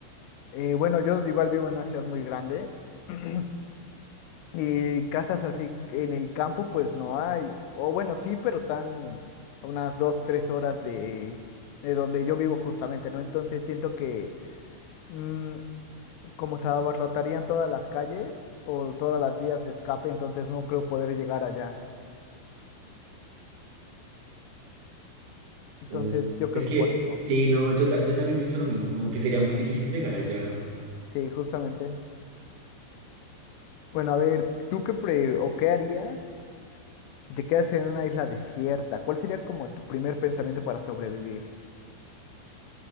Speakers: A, on the left; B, on the right.
A: Eh, bueno, yo igual vivo en una ciudad muy grande <clears throat> y casas así en el campo pues no hay, o bueno, sí, pero están a unas dos, tres horas de, de donde yo vivo justamente, ¿no? Entonces siento que mm, como se abarrotarían todas las calles o todas las vías de escape, entonces no creo poder llegar allá. Entonces
B: Uy,
A: yo creo
B: Es
A: que
B: que,
A: por eso,
B: sí, no, yo, ta- yo también pienso lo mismo. Como que sería muy difícil llegar allá.
A: sí, justamente. Bueno, a ver, ¿tú qué pre o qué harías si te quedas en una isla desierta? ¿Cuál sería como tu primer pensamiento para sobrevivir?